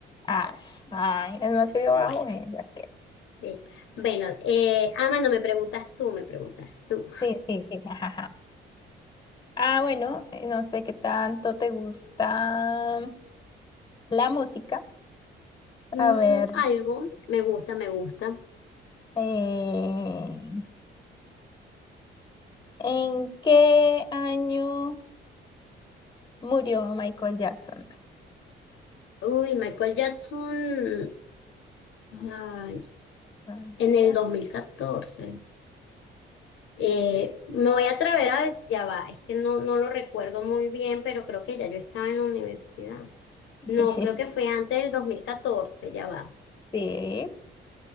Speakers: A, on the left; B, on the left.
A: Ah, s- ay, es más frío
B: Bueno,
A: abajo, bueno, ya que.
B: sí. Bueno, eh, ah, no me preguntas tú, me preguntas tú.
A: Sí, sí, sí, jajaja. Ah, bueno, eh, no sé qué tanto te gusta la música.
B: Mm,
A: A ver,
B: algo, me gusta, me gusta.
A: eh, ¿en qué año murió Michael Jackson?
B: Uy, Michael Jackson ay,
A: Ah,
B: en el
A: ya.
B: 2014. Eh, me voy a atrever a decir, ya va, es que no, no lo recuerdo muy bien, pero creo que ya yo estaba en la universidad.
A: <laughs>
B: No, creo que fue antes del dos mil catorce ya va.
A: Sí,